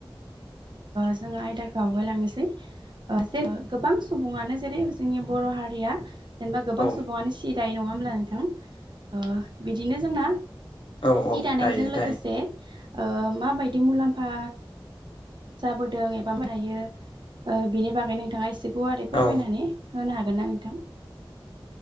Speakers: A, on the right; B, on the left.
A: जोङो आयदाखौ आवगायलांनोसै जे गोबां सुबुङानो जेरै जोंनि बर' हारिया जेनेबा गोबां
B: औ
A: सुबुङानो सि दायो नङा होमब्ला नोंथां बिदिनो जोंना
B: औ
A: सि
B: औ
A: दानायजों
B: दायो
A: लोगोसे
B: दायो
A: ओ माबायदि मुलाम्फा जाबोदों एबा हायो बिनि बागै नोंथाङा एसे गुवारै फोरमायनानै
B: औ
A: होनो हागोन ना नोंथां?